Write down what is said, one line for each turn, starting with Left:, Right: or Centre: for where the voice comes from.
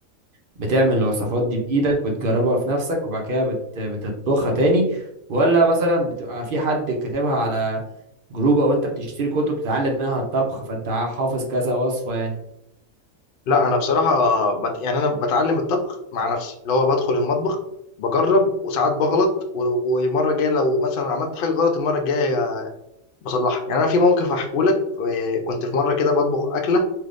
Right: بتعمل الوصفات دي بإيدك بتجربها في نفسك وبعد كده بت... بتطبخها تاني ولا مثلا بتبقى في حد كاتبها على جروب او انت بتشتري كتب تتعلم منها الطبخ فانت حافظ كذا وصفة يعني
Left: لا انا بصراحه بت... يعني انا بتعلم الطبخ مع نفسي اللي هو بدخل المطبخ بجرب وساعات بغلط و- ومره الجايه لو مثلا عملت حاجه غلط المره الجايه بصلحها يعني انا في موقف هحكيه لك آه، كنت في مره كده بطبخ اكله